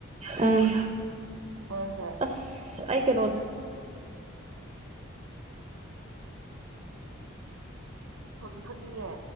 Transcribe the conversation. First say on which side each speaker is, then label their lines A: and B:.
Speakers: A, on the right; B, on the right.
A: ꯎꯝ
B: ꯍꯣꯏ ꯍꯣꯏ
A: ꯑꯁ ꯑꯩ ꯀꯩꯅꯣ
B: ꯊꯂꯨ ꯊꯅꯤꯡꯉꯦ